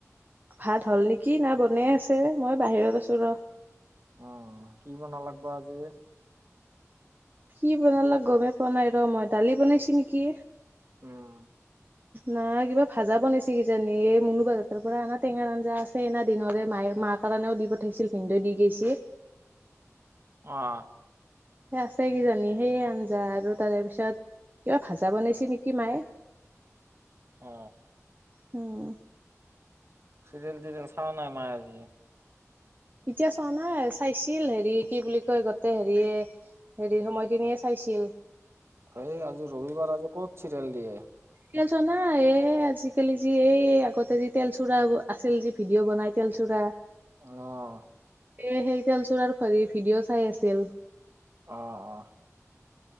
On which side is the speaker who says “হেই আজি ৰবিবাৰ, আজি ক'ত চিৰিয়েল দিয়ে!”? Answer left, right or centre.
Right